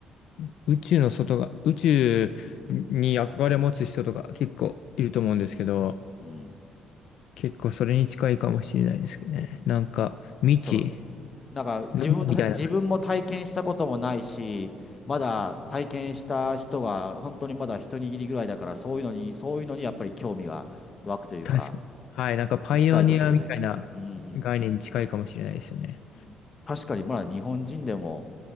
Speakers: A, on the left; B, on the left.
A: う。宇宙の外が、宇宙に憧れを持つ人とか結構いると思うんですけど、
B: うん
A: 結構それに近いかもしれないですけどね。なんか、未知、
B: そう、うんなんか自分と、
A: ルーみたいな、
B: 自分も体験したこともないし、まだ体験した人が本当にまだ一握りぐらいだから、そういうのに、そういうのにやっぱり興味が湧くというか、
A: 確かに。はい、なんかパイオニアみたいな
B: エキサイトするというか。うん、うん
A: 概念に近いかもしれないですよね。
B: うん確かにまだ日本人でも